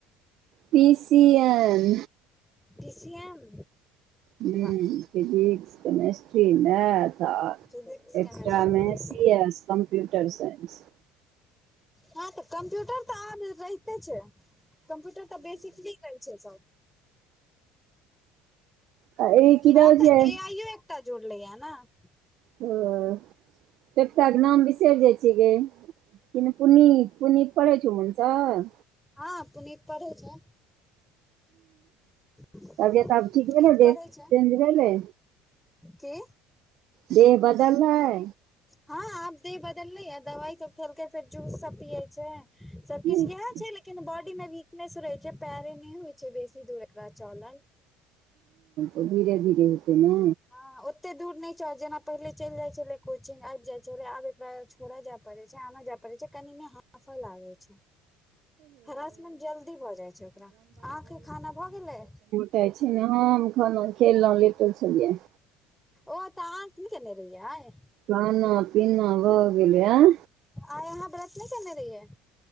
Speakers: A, on the right; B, in the centre.
A: P C N
B: P C M
A: हम्म
B: वाह
A: फिजिक्स, केमेस् ट्री, मैथ आ
B: फिजिक्स
A: एक्स्ट्रा
B: केमेस्ट्री math
A: मे C S computer science.
B: हँ त कंप्यूटर त आब रहिते छै, कम्प्यूटर तं बेसिकली रहै छै सब।
A: आ ई की रहै
B: आब त
A: छै
B: ए आइयो एकटा जुड़लै या न।
A: हंऽ एकटाके नाम बिसरि जाइ छियइ गय। ‌कि न पुनीत-पुनीत पढ़ै छौ मुन सऽ।
B: हँ पुनीत पढ़ै छै। पुनीत
A: तबियत आब ठीक भेलै देह
B: पढ़ै छै।
A: चेंज भेलै
B: कि
A: देह बदललै।
B: हँ आब देह बदललै यैं, दवाई सब खेलकै फेर जूस सब पिये छै, सब
A: अच्छा
B: किछ इएह छै ले किन बॉडी मे वीकनेस रहै छै, पैरे नै होइ छै बेसी दूर एकरा चलल।
A: ओ धीरे धीरे हेतै ने।
B: हं ओते दूर नहि च जेना पहिले चलि जाइ छलै कोचिंग, आबि जाइ छलै, आब एकरा छोड़ऽ जाए पड़ै छै आनऽ जाए पड़ै छै, कनीने हांफ लागै छै। ह्रासमेंट जल्दी भ जाइ छै ओकरा, अहाँके खाना भ गेलै।
A: जाए छी ने, हम खाना खेलहुँ लेटल छलियैए।
B: ओ त अहाँ की खेने रहिअइ आइ।
A: खाना पीना भ गेलै ऐं
B: आइ अहाँ व्रत नहि केने रहिअइ।